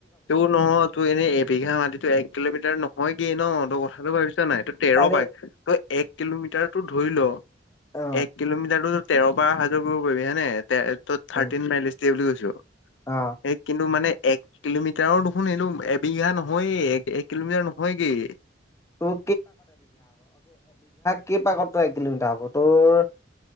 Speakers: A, on the left; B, on the left.
A: তোৰ নহয় তোৰ এনেই এবিঘা মাটিতো এক কিলোমিটাৰ নহয়গেই ন তই কথাটো ভাবিছা নাই। তেৰ
B: তাৰে
A: বাগ ত এক কিলোমিটাৰটো ধৰি ল
B: অ
A: এক কিলোমিটাৰটো তেৰ বাৰ অহা যোৱা কৰিব পাৰিবি হয় নাই তে ত থাৰ্টিন
B: উম,
A: মাইলেছ দিয়ে বুলি কৈছ।
B: অ
A: সেই কিন্তু মানে এক কিলোমিটাৰৰ দেখোন এইটো এবিঘা নহয়ে এক এক কিলোমিটাৰ নহয়গেই।
B: তোৰ কি পাকত তোৰ এক কিলোমিটাৰ হ'ব তোৰ।